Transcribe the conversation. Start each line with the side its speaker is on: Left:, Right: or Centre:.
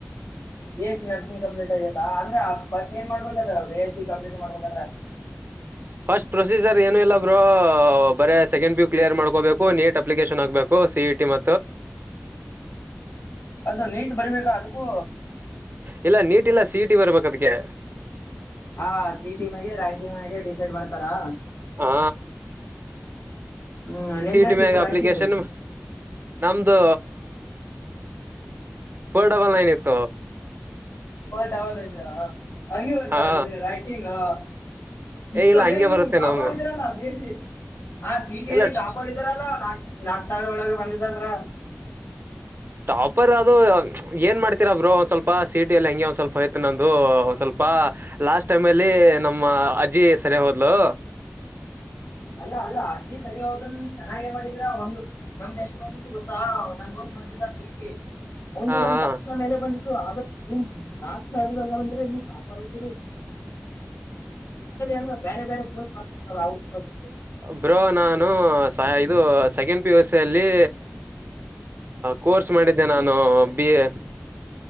Left: B S C nursing complete ಆಯತಾ ಅಂದ್ರೆ ಫಸ್ಟ್ ಏನ್ ಮಾಡ್ಬೇಕದ ಬಿ ಎಸ್ ಸಿ ಕಂಪ್ಲೀಟ್ ಮಾಡ್ಬೇಕಂದ್ರೆ
Right: ಫಸ್ಟ್ ಪ್ರೊಸೀಜರ್ ಏನು ಇಲ್ಲಬ್ರು ಬರೇ ಸೆಕೆಂಡ್ ಪ್ಯೂ ಕ್ಲಿಯರ್ ಮಾಡ್ಕೋಬೇಕು ನೀಟ್ ಅಪ್ಲಿಕೇಶನ್ ಹಾಕ್ಬೇಕು ಸಿ ಇಟಿ ಮ
Left: ಅದು ನೀಟ್ ಬರ್ಬೇಕಾ ಅದಕ್ಕೂ
Right: ಇಲ್ಲ ನೀಟ್ ಇಲ್ಲ ಸಿೀಟಿ ಬರ್ಬೇಕ ಅದಕ್ಕೆ
Left: ಹಾ ಸಿಟಿ ಮ ರ್ಯಾಂಕಿ್ ಡಿಸೈಡ್ ಮಾಡ್ತಾರಾ
Right: ಹಾ
Left: ಹ್ಮ್ ನಿಂದೆಷ್ಟ
Right: ಸಿ ಇ ಟಿ ಮ್ಯಾಗ
Left: ಇತ್ತು ರಂಕಿಂಗ್
Right: ಅಪ್ಲಿಕೇಶನ್ ನಮ್ದು ಫೋರ್ ಡಬಲ್ ನೈನ್ ಇತ್ತು
Left: ಟಾವಲ್ಲಲ್ಲ ಹಂಗೆ ಬರ್ತಾ
Right: ಹಾ
Left: ರ್ಯಾಕಿಂಗ್ <inaudible> ಇಷ್ಟು
Right: ಏ ಇಲ್ಲ ಹಂಗೆ
Left: ಏಗ್ ನೀವು
Right: ಬರುತ್ತೆ
Left: ಟಾಪರ್
Right: ನಮ್ಮ
Left: ಇದ್ದೀರಲ್ಲಾ ಬಿ ಎಸ್ ಸಿ ಹಾ ಸೀಟ್
Right: ಎಲ್ಲ
Left: ಎಲ್ಲಿ ಟಾಪರ್ ಇದಾರಲ್ಲಾ ನಾ ನಾ ಸಾವಿರ ಒಳಗೆ ಬಂದಿದ್ದದ್ರ
Right: ಆಪರ್ ಅದು ಏನು ಮಾಡ್ತೀರಾ ಬರು ಒಂದು ಸ್ವಲ್ಪ ಸೀಟಿಯಲ್ಲಿ ಹಗೆ ಒಂದು ಸ್ವಲ್ಪ ಆಯ್ತು ನನ್ನದು ಒಂದು ಸ್ವಲ್ಪ ಲಾಸ್ಟ್ ಟೈಮಲ್ಲಿ ನಮ್ಮ ಅಜ್ಜಿ ಸರಿ ಹೋದ್ಲು
Left: ಅಲ್ಲ ಅಲ್ಲ ಅಜ್ಜಿ ಸರಿ ಹೋದನ್ ಚೆನ್ನಾಗೇ ಮಾಡಿದರ ಒಂದು್ ನಮ್ದ ಎಷ್ಟು ಬಂದತ್ತು ಗೊತ್ತಾ ನಮ್ ದೋಸ್ತ್ ಬಂದಿದ್ದ ಸೀಟಿ ಒಂದು
Right: ಹಾ
Left: ಒಂದ್
Right: ಹಾ
Left: ಲಕ್ಷ ಮೇಲೆ ಬಂದು ಆದ ನೀ್ ಯಾಕ್ ಸಂದ್ರೆ ನೀ್ ಆತ ಹಲ್ಲಿ ಅಂದ್ರ ಬೇರೆ ಬೇರೆ ಹ <unintelligible> ಹ್ <unintelligible>
Right: ಬ್ರೋ ನಾನು ಇದು ಸೆಕೆಂಡ್ ವ್ಯಥಲ್ಲಿ ಕೋರ್ಸ್ <unintelligible> ಮಾಡಿದ್ದೇ ನ ನಾ ಬಿ ಎ